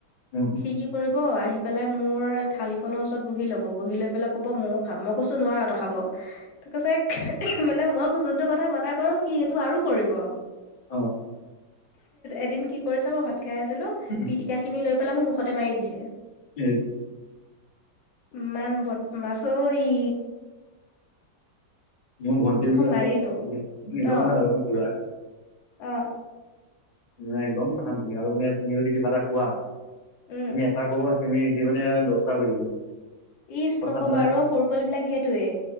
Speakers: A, on the left (about 35°); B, on the left (about 80°).
A: উ
B: সি কি কৰিব আহি পেলাই মোৰ থালিখনৰ ওচৰত বহি ল'ব বহি লৈ পেলাই ক'ব মও খাম মই কৈছো নোৱাৰো ত খাব তই কৈছে মানে মই যোনটো কথা মানা কৰো সি সেইটো আৰু কৰিব
A: অ
B: এদিন কি কৰিছে মই ভাত খাই আছিলোঁ
A: উম
B: পিটিকাখিনি লৈ পেলাই মোৰ মুখতে মাৰি দিছে
A: এই
B: ইমান বদ মাছ অ ই
A: মোৰ ভণ্টি এজনী আছে
B: মাৰিলো
A: নিজৰ নহয়
B: অ
A: আৰু খুৰাৰ
B: অ
A: নাই একদম কথা নুশুনে আৰু মানে তুমি যদি কিবা এটা কোৱা
B: উম
A: তুমি এটা কৰবা তুমি সি মানে আৰু দহটা কৈ দিব
B: ইচ
A: কথাত
B: নক'বা আৰু সৰু পোৱালিবিলাক সেইটোৱে